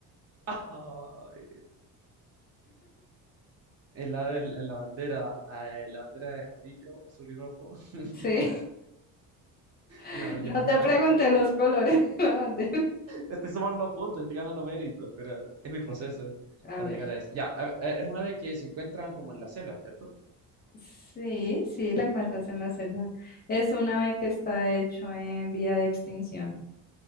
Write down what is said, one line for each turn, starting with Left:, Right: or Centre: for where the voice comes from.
Right: <laughs> Ay, el ave en la bandera. eh, la bandera es amarillo, azul y rojo. <laughs>
Left: Sí.
Right: El
Left: <laughs>
Right: amarillo
Left: No
Right: más
Left: te
Right: grande.
Left: pregunté los colores de la bandera.
Right: Estoy sumando puntos, estoy ganando méritos, pero es mi proceso eh,
Left: A
Right: para
Left: ver.
Right: llegar a eso. Ya, a ver, es una vez que se encuentran como en la selva, ¿cierto?
Left: Sí, sí, la encuentras en la selva. Es un ave que está hecho en vía de extinción.